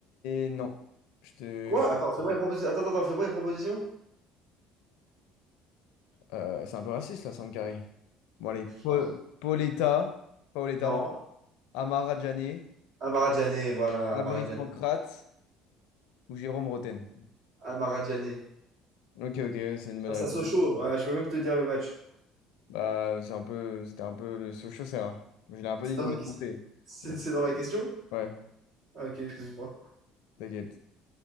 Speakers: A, on the left; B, on the right.
A: Et non. Je te...
B: Quoi?
A: je-
B: Je Attends, fais-moi une proposition. Attends, attends, fais-moi une proposition.
A: euh, c'est un peu raciste là, Sankari. Bon, allez, Paul-
B: Non, mais-
A: Pauletta, Paoletta,
B: Non.
A: pardon. Amara Djane,
B: Amara voilà,
A: Fabrice
B: Amara Diané.
A: Pancrate ou Jérôme Roten.
B: Amara Diané.
A: Ok, ok, c'est une bonne
B: Face
A: réponse.
B: à Sochaux, voilà, je peux même te dire le match.
A: Bah, c'est un peu, c'était un peu le Sochaux, c'est Je l'ai un peu
B: C'est
A: dit
B: dans
A: dans
B: la
A: les
B: question.
A: pensées.
B: C'est
A: Bon,
B: c'est dans la question?
A: ouais,
B: Ah, ok, excuse-moi.
A: t'inquiète.